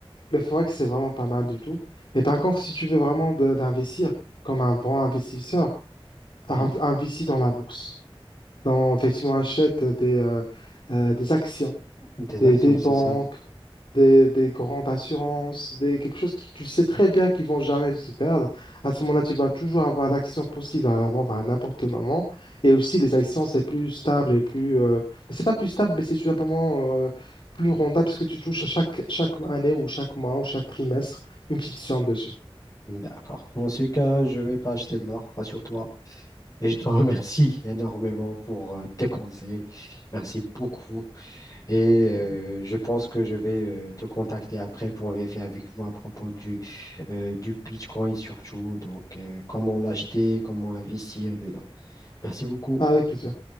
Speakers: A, on the left (about 60°); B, on the left (about 35°).
A: le forex, c'est vraiment pas mal du tout. Mais par contre, si tu veux vraiment d- d'investir comme un bon investisseur, inv-
B: Oui,
A: investis dans la bourse. Dans, effectivement, achète des, euh, euh, des actions
B: des
A: des,
B: actions,
A: des
B: c'est
A: banques,
B: ça.
A: des, des grandes assurances, des, quelque chose qui tu sais très bien qu'ils vont jamais se perdre. À ce moment-là, tu vas toujours avoir l'action possible à la vendre à n'importe quel moment. Et aussi, les actions, c'est plus stable et plus... euh, mais C'est pas plus stable, mais c'est tout simplement euh, plus rentable parce que tu touches à chaque, chaque année ou chaque mois ou chaque trimestre une petite somme dessus.
B: D'accord. Dans ce cas, je vais pas acheter de l'or, rassure-toi. Et je te <laughs> remercie énormément pour euh, tes conseils. Merci beaucoup. Et euh, je pense que je vais euh, te contacter après pour vérifier avec vous à propos du, euh, du Bitcoin surtout. Donc, euh, comment l'acheter, comment investir dedans. Merci beaucoup.
A: Ah, Avec plaisir.